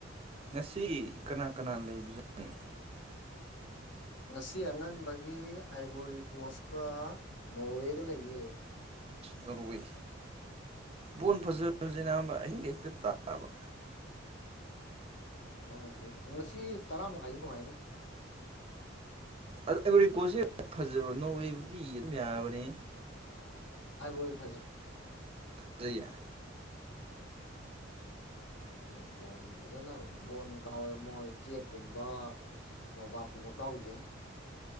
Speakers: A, on the right; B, on the left.
A: ꯉꯁꯤ ꯀꯅꯥ ꯀꯅꯥ ꯂꯩꯕꯖꯦꯣ
B: ꯉꯁꯤ ꯑꯉꯟꯕꯒꯤ ꯑꯥꯏꯕꯣꯔꯤ ꯀꯣꯁꯀ ꯅꯣꯔꯋꯦꯒ ꯂꯩꯌꯦ
A: ꯗꯔꯏ ꯕꯣꯣꯟ ꯐꯖꯁꯤꯅ ꯑꯍꯤꯡ ꯍꯦꯛꯇ ꯇꯥꯕ
B: ꯍꯣꯏ ꯉꯁꯤ ꯇꯔꯥꯃꯥꯏꯁꯨ ꯅꯨꯡꯉꯥꯏꯅꯤ
A: ꯑꯩꯔꯤꯀꯣꯁꯦ ꯐꯖꯕ ꯅꯣꯔꯋꯦꯕꯨꯗꯤ ꯑꯗꯨꯝ ꯌꯥꯕꯅꯤ
B: ꯑꯩꯕꯨꯣ ꯐꯖꯩ
A: ꯐꯖ
B: ꯍꯣꯏ ꯕꯣꯟ ꯐꯖꯅ ꯕꯣꯟ ꯀꯥꯎꯋꯦ ꯃꯣꯏ ꯆꯦꯛꯀꯨꯝꯕ ꯅꯣꯕꯥꯞꯀꯨꯝꯕ ꯀꯥꯎꯋ ꯎꯕꯦ